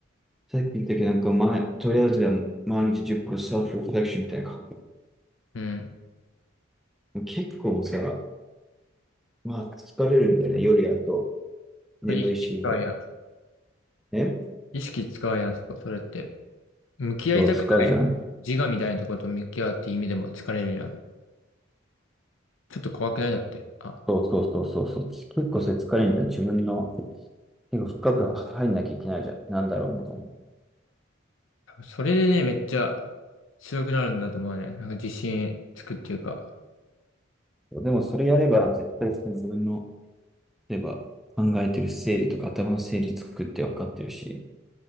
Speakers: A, in the centre; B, on the left (about 75°).
A: さっき言ったけど、なんか前、とりあえずは毎日10分セルフレフレクションみたいな。
B: うん。
A: 結構もさ、まあ疲れるんだよね。夜やると眠いし、
B: これ意識使うやん。
A: ね。
B: 意識使うやん、そこ、それって。向き合いたくない自我みたいなとこと向き合うって意味でも疲れるやん。
A: そう、使うじゃん。
B: ちょっと怖くないだって。あ、
A: そうそうそうそうそう。結構それ疲れるんだよ。自分の、結構深く入んなきゃいけないじゃん。なんだろうみたいな。
B: 多分それでね、めっちゃ強くなるんだと思うね。なんか自信つくっていうか。
A: でもそれやれば、絶対その自分の、例えば考えてる整理とか頭の整理作って分かってるし、